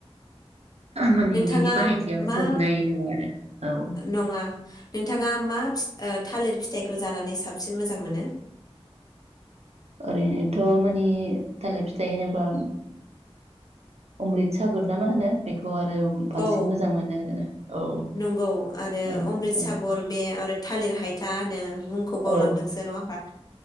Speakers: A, on the right; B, on the left.
A: माने
B: नोंथाङा
A: बिनि बाहायथिया
B: मा
A: जोबनाय नङा आरो औ।
B: नङा नोंथाङा मा फि ओ थालिर फिथाइखौ जानानै साबसिन मोजां मोनो?
A: ओरैनोथ' मानि थालिर फिथाइ होनाबा अमृत सागर ना मा होनो बेख खौ आरो बांसिन
B: औ
A: मोजां मोनो औ
B: नंगौ आरो
A: माने
B: अमृत
A: औ
B: सागर बे आरो थालिर हायथा होनो। मुंखौ
A: औ
B: बावलांदोंसो नङा ओमबा